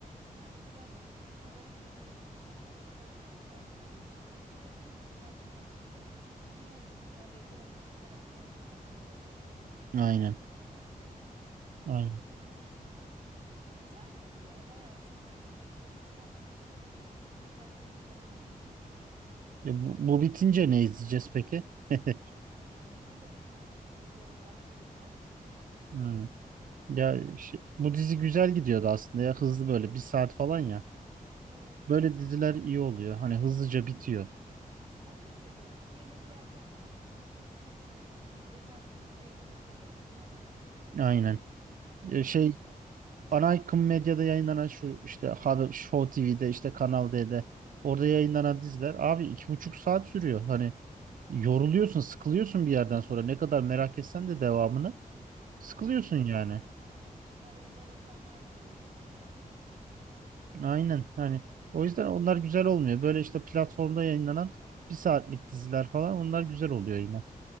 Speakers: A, on the right; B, on the right.
A: Yani bu kadar suç kabarık birini yaşatmaları garip olur zaten diye düşünüyorum ama yine de dediğim gibi ters köşe bir dizi. Ne olacağı belli olmaz. Her an her her şey olabilir
B: Aynen.
A: gözüyle bakıyorum.
B: Aynen.
A: Yani ondan sonra yani güzel bir dizi ya. Bayağı senaryosu beni etkiledi. Yoksa ben bu kadar uzun dikkatli izlemem bir diziyi.
B: Ya bu, bu bitince ne izleyeceğiz peki? <laughs>
A: Onu da bitince düşünürüz. Yarını vaktimiz var. <laughs>
B: Hmm. Ya
A: Ee,
B: şey- bu dizi güzel gidiyordu aslında ya hızlı böyle bir saat falan ya.
A: Evet evet.
B: Böyle diziler iyi oluyor. Hani hızlıca bitiyor.
A: Ben de seviyorum. İşte yemek yerken falan izleyip geçiyoruz. Hani uzun bir özel bir vakit ayırmamız da gerek kalmıyor.
B: Aynen. E, Şey
A: O yüzden
B: ana akım medyada yayınlanan şu işte haber, Show TV'de işte Kanal D'de orada yayınlanan diziler abi iki buçuk saat sürüyor. Hani yoruluyorsun, sıkılıyorsun bir yerden sonra. Ne kadar merak etsen de devamını sıkılıyorsun
A: evet.
B: yani.
A: Araya da reklamlar giriyor uzun uzun. iyice kopuyorsun.
B: Aynen. yani o yüzden onlar güzel olmuyor. Böyle işte platformda yayınlanan bir saatlik diziler falan onlar güzel oluyor yine.